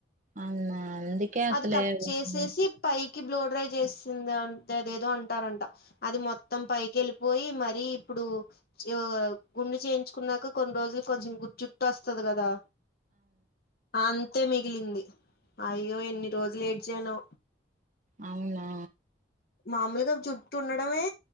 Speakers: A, on the right; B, on the left.
A: అవునా అందుకే అసలే
B: అది కట్
A: అవును
B: చేసేసి పై. కి బ్లూ డ్రై చేసింది అంట అదేదో అంటారంట అది మొత్తం పైకి వేళి. పోయి మరీ ఇప్పుడు ఆహ్ గుండు చేయించుకున్నాక కొన్ని రోజులకు కొంచెం గు జుట్టు వస్తదం. కదా. అంతే మిగిలింది అయ్యో ఎన్ని రోజులు ఏడిచానో.
A: అవునా.
B: మామూలుగా జుట్టు ఉండడమే